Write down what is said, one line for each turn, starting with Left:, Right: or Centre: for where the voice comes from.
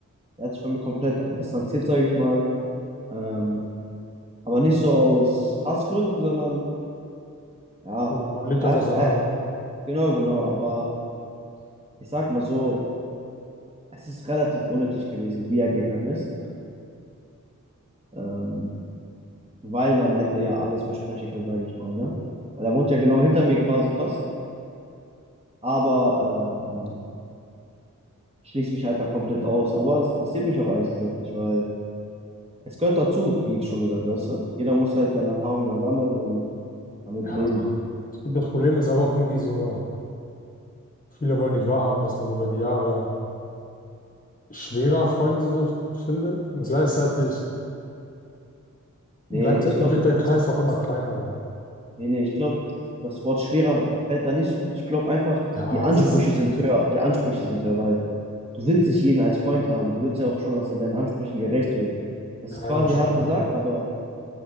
Right: der hat sich von mir komplett distanziert, sage ich mal. Ähm, aber nicht so aus Hassgründen, sondern ja,
Left: So, Man lebt
Right: er
Left: halt
Right: hat,
Left: auseinander,
Right: er,
Left: ne?
Right: genau, genau. Aber ich sag mal so, es ist relativ unnötig gewesen, wie er gegangen ist. Ähm, weil man hätte ja alles besprechen können, sage ich mal, ne? Weil er wohnt ja genau hinter mir quasi fast. Aber ähm, schließt mich halt da komplett aus. Aber das interessiert mich auch ehrlich gesagt nicht, weil Es gehört dazu, wie ich schon gesagt, weißt du? Jeder muss halt seine Erfahrungen da sammeln und damit
Left: Ja.
Right: leben.
Left: Ich glaub, Das Problem ist aber auch irgendwie so, viele wollen nicht wahrhaben, dass man über die Jahre schwerer Freunde so findet und gleichzeitig bleibt,
Right: Nee, ich
Left: der- wird
Right: glaube,
Left: der Kreis auch immer kleiner. Also.
Right: nee, nee, ich glaube, das, das Wort schwerer fällt da nicht so gut. Ich glaube einfach,
Left: Ja,
Right: die Ansprüche
Left: es ist
Right: sind höher. Die Ansprüche sind höher, weil du willst nicht jeden als Freund haben. Du willst ja auch schon, dass er deinen Ansprüchen gerecht wird. Das
Left: ja,
Right: ist quasi
Left: eigentlich schon.
Right: hart gesagt, aber